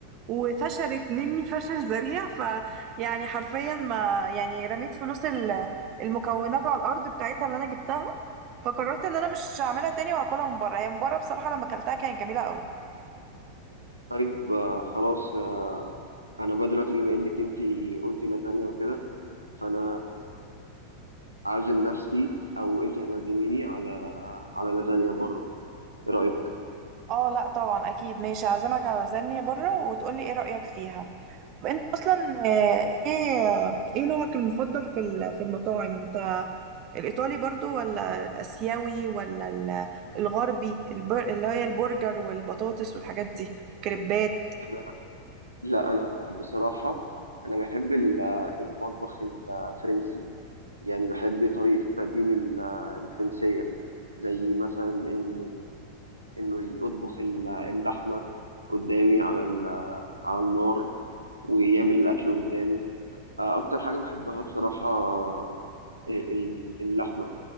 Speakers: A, on the right; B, on the right.
A: وفشلت مني فشل ذريع ف يعني حرفيا ما يعني رميت فلوس ال- المكونات على الارض بتاعتها اللي انا جبتها فقررت ان انا مش هعملها تاني واكلها من بره هي من بره بصراحه لما اكلتها كانت جميله قوي
B: طيب آه، خلاص آه، انا بقى دلوقتي بما انك انت قلتي لازانيا وكده فانا عازم نفسي او انت هتعزميني على على لازانيا بره ايه رايك
A: اه لا طبعا اكيد ماشي هعزمك على لازانيا بره وتقولي ايه رايك فيها طب انت اصلا آه، ايه آه، ايه نوعك المفضل في ال- في المطاعم انت الإيطالي برضو ولا الآسيوي ولا ال- الغربي البر... اللي هي البرجر والبطاطس والحاجات دي كريبات
B: انا لا انا بصراحه انا بحب ال- المطبخ الفرنسي يعني بحب طريقه التقديم ال- الفرنسيه زي مثلا ان انه يطبخ ال- اللحمه قدامي على ال- على النار ويعمل الاكل قدامي آه، اكتر حاجه بحبها بصراحه آه، ال- اللحمه